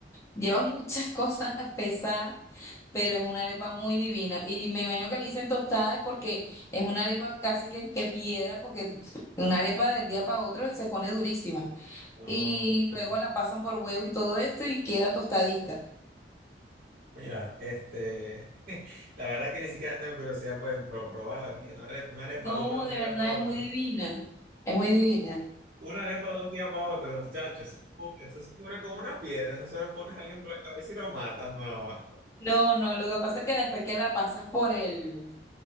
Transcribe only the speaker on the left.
Lleva muchas cosas <laughs> pesadas, pero es una arepa muy divina. Y me imagino que le dicen tostada es porque es una arepa casi que, que piedra, porque una arepa del día para otro se pone durísima
y
luego la pasan por huevo y todo esto y queda tostadita.
No,
de
verdad
es muy divina, es muy divina.
No, no, lo que pasa es que después que la pasas por el,